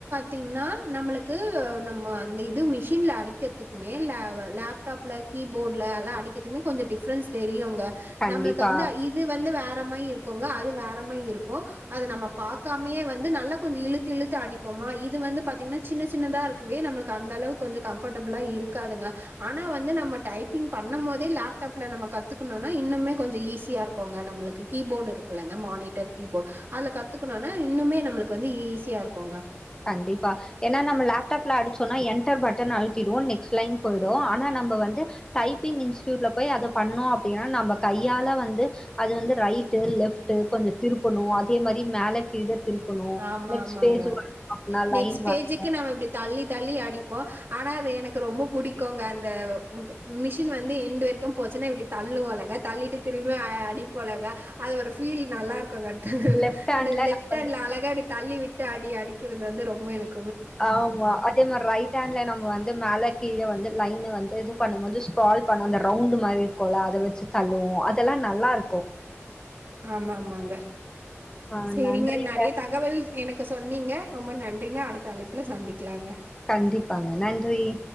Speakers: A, on the right; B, on the left.
A: தீங்கன்னா நம்மளுக்கு நம்ம அந்த இது மிஷின்ல அடிக்க க்குமே லல ப்டாப்ல கீபோர்டுல எல்லா அடிக்கிறதுமே கொஞ்சோ டிஃப்ரன்ஸ் தெரியுங்க.
B: கண்டிப்பா
A: நம்மளுக்கு வந்து இது வந்து வே ற மாரி இருக்குங்க அது வேற மாரி இருக்கு. அத நம்ம பாக்காமயே வந் து நல்லா கொஞ்ச இழுத்து இழுத்து அடிப்போமா இது வந்து பாத்தீங்னா சின்ன சின்னதா இருக்கவே நம்மளுக்கு அந்த அளவு கொஞ்ச கன்ஃபர்டபுளா இருக்காதுங்க. ஆனா வந்து நம்ம டைப்பிங் பண்ணம் போதே லாப்டாப்ல நம்ம கத்துக்கணுன்னா இன்னுமே கொஞ்ச ஈஸியா இருக்குங்க நம்மளுக்கு கீபோர்டு இருக்கல்லங்க மானிட்டர் கீபோர்டு அதுல கத்துக்கணுன்னா இன்னுமே நம்மளுக்கு வந்து ஈசியா இருக்குங்க.
B: கண்டிப்பா. ஏன்னா நம்ம லேப்டாப்ல அடிச்சோன்னா என்டர் பட்டன் அழுத்திடுவோ நெக்ஸ்ட் லைன் போயிடு. ஆனா நம்ப வந்து டைப்பிங் இன்ஸ்டியூட்ல போய் அத பண்ணோ அப்டின்னா நம்ம கையால வந்து அது வந்து ரைட்டு லெஃப்ட்டு கொஞ்சோ திருப்பணு அதே மாரி மேல கீழ திருப்பணு
A: ஆமா,
B: நெக்ஸ்ட்
A: ஆமாங்க.
B: பேஜ் அப்டின்னா
A: நெக்ஸ்ட்
B: லைன்
A: பேஜுக்கு
B: வரணும்
A: நாம இப்டி தள்ளி தள்ளி அடிப்போ. ஆனா அது எனக்கு ரொம்ப புடிக்குங்க அந்த முகு மிஷின் வந்து எண்டு வரைக்கும் போச்சுன்னா இப்டி தள்ளுவோ இல்லங்க தள்ளிட்டு திரும்ப அ அடிப்போ இல்லங்க அது ஒரு ஃபீல் நல்லா இருக் குங்க
B: லெஃப்ட் ஹேண்ட்ல
A: அந்த லெஃப்ட்
B: நம்ம வந்து
A: ஹேண்ட்ல அழ ப்டி தள்ளி விட்டு அடி அடிக்கிறது வந்து ரொம்ப எனக்
B: ஆமா அதே மார ரைட் ஹேண்ட்ல நம்ம வந்து மேல கீழ வந்து லைனு வந்து இது பண்ணும்போது ஸ்க்ரால் பண்ணு அந்த ரவுண்ட் மாரி இருக்குல்ல அத வச்சு தள்ளுவோ அதெல்லா நல்லா இருக்கு
A: ஆமா ஆமாங்க.
B: ஆ
A: சேரிங்க
B: நன்றிங்க
A: நெறைய தகவல் எனக்கு சொ ன்னீங்க ரொம்ப நன்றிங்க. அடுத்த அழைப்புல சந்திக்கலாங்க.
B: கண்டிப்பாங்க நன்றி.